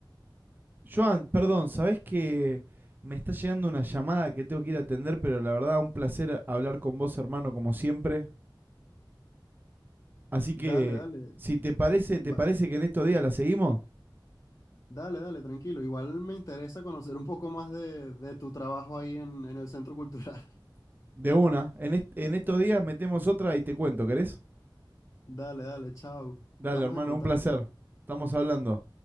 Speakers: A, on the right; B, on the left.
A: Joan, perdón, ¿sabés que me está llegando una llamada que tengo que ir a atender, pero la verdad, un placer hablar con vos, hermano, como siempre. Así
B: Dale,
A: que,
B: dale,
A: si te parece,
B: va-
A: ¿te parece que en estos días la seguimos?
B: dale, dale, tranquilo. Igual me interesa conocer un poco más de, de tu trabajo ahí en, en el Centro Cultural. <laughs>
A: De una. En, est- en estos días metemos otra y te cuento, ¿querés?
B: Dale, dale, chao.
A: Dale,
B: Estamos
A: hermano,
B: en contacto.
A: un placer. Estamos hablando.